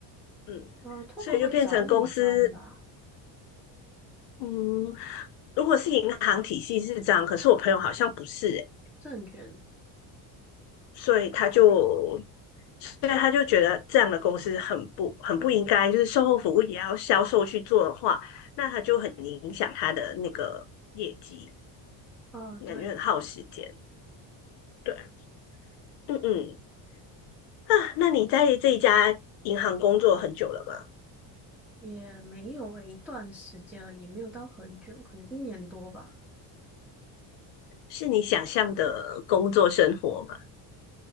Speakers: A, on the left; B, in the centre.
A: 嗯，
B: 呃，通常会找理专吧，
A: 所以就变成公司，嗯，如果是银行体系是这样，可是我朋友好像不是欸
B: 证券，
A: 所以他就，所以他就觉得这样的公司很不很不应该，就是售后服务也要销售去做的话，那他就很影响他的那个业绩，
B: 嗯、对对，
A: 感觉很耗时间。对，嗯嗯，啊，那你在这一家银行工作很久了吗？
B: 也没有诶，一段时间了，也没有到很久，可能一年多吧，
A: 是你想象的工作生活吗？